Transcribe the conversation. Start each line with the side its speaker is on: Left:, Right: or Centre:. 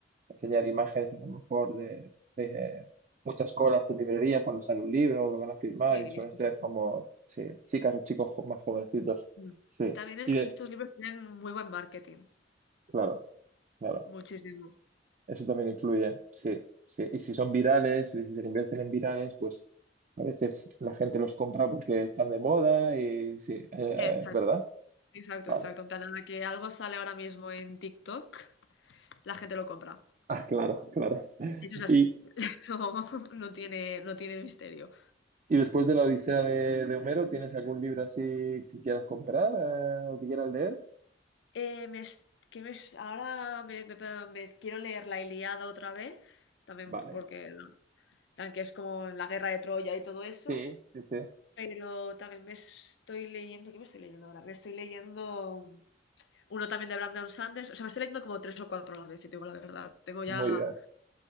Right: enseñar imágenes a lo mejor de, de muchas colas en librería cuando sale un libro que van a firmar
Left: Sí,
Right: y suelen
Left: es
Right: ser
Left: sí,
Right: como
Left: sí.
Right: sí, chicas o chicos jo- más jovencitos.
Left: Mm.
Right: Sí,
Left: También es
Right: y de,
Left: que estos libros tienen muy buen marketing.
Right: claro, claro,
Left: Muchísimo.
Right: eso también influye, sí, sí. Y si son virales, y si se convierten en virales, pues a veces la gente los compra porque están de moda y sí, eh, eh,
Left: Exacto,
Right: ¿verdad?
Left: exacto,
Right: Vale.
Left: exacto.
Right: <laughs>
Left: En plan, a la que algo sale ahora mismo en TikTok, la gente lo compra.
Right: Ah, claro, claro.
Left: Eso es así.
Right: Y,
Left: <laughs> Eso no tiene, no tiene misterio.
Right: y después de la Odisea de, de Homero, ¿tienes algún libro así que quieras comprar eh, o que quieras leer?
Left: Eh, me es- que me es- ahora me, me- me- me quiero leer La Ilíada otra vez, también
Right: Vale.
Left: porque la- plan, que es como la guerra de Troya y todo eso,
Right: Sí, sí, sí.
Left: pero también me estoy leyendo, ¿qué me estoy leyendo ahora? Me estoy leyendo uno también de Brandon Sanders, o sea, me estoy leyendo como tres o cuatro a la vez, si te digo la verdad, tengo ya
Right: Muy bien.